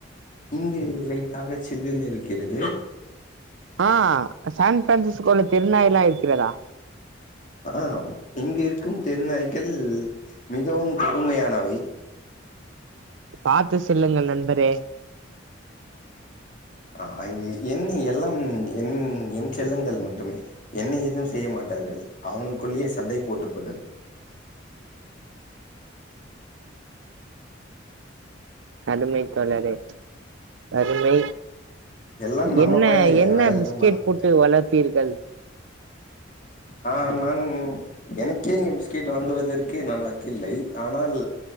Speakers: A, on the left; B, on the right.
A: இங்கு லைட்டாக சில்லுன்னு இருக்கிறது
B: ஆ சான் ஃபிரான்சிஸ்கோல தெருநாய் எல்லா இருக்கிறதா
A: ஆம் இங்க இருக்கும் தெருநாய்கள் மிகவும் கடுமையானவை
B: பாத்து சொல்லுங்கள் நண்பரே
A: ஆ என் எல்லாம் என் என் செல்லங்கள் மட்டுமே என்னை ஏதுவு செய்யமாட்டார்கள் அவனுக்குள்ளேயே சண்டை போட்டுப்பட்ட
B: அருமை தோழரே அருமை
A: எல்லாம் நம்ம
B: என்ன
A: பயலுக
B: என்ன
A: வேற
B: பிஸ்கெட்
A: எதுவும் பண்ண முடியாது
B: போட்டு வளர்ப்பிர்கள்
A: ஆ நான் எனக்கே இங்க பிஸ்கட் வாங்குவதற்கு நான் வக்கு இல்லை ஆனால்